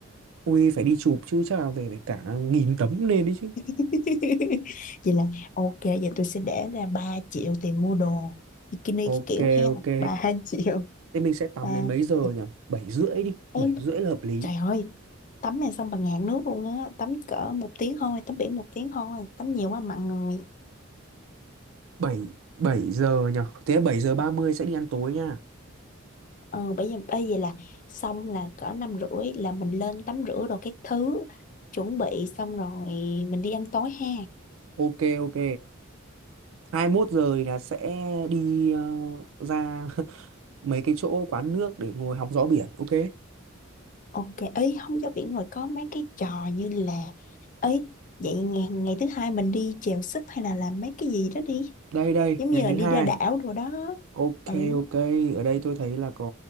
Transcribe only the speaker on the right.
Ui phải đi chụp chứ chắc là về phải cả nghìn tấm lên đấy chứ.
Ok
ok.
Thế mình sẽ tắm
đến mấy
giờ nhỉ? bảy rưỡi đi,
7 rưỡi là hợp lý.
bảy bảy giờ nhỉ. Thế 7 giờ 30 sẽ đi ăn tối nha.
Ok ok. hai mốt giờ thì là sẽ đi ờ, ra <laughs> mấy cái chỗ quán nước để ngồi hóng gió biển. Ok.
Đây đây,
ngày
thứ
hai.
Ok
ok, ở đây tôi thấy là có